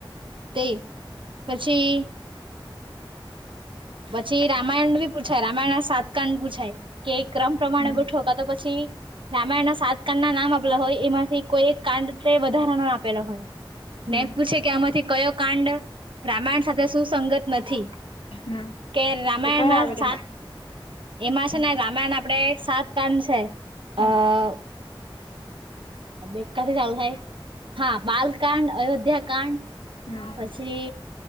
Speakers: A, on the right; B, on the left.
A: તે પછી. પછી રામાયણ ભી પૂછાય રામાયણ ના સાતકાંડ પૂછાય કે. ક્રમ પ્રમાણે
B: હમ
A: ગોઠવો કા તો પછી. રામાયણ ના સાત કાંડ ના નામ આપલા હોય એમાંથી કોઈ એક કાંડ વધારાનો આપેલો હોય.
B: હમ
A: નેમ પૂછે કે આમાંથી કયો કાંડ રામાયણ સાથે સુુંસંગત નથી
B: હમ
A: કે રામાયણમાં
B: તો કઈ આવે તેમાં
A: સાત એમાં
B: હમ
A: છે, ને રામાયણ આપડે સાત <unintelligible> છે.
B: હમ
A: આ <unintelligible> હા બાલકાંડ અયોધ્યા કાંડ.
B: હમ
A: પછી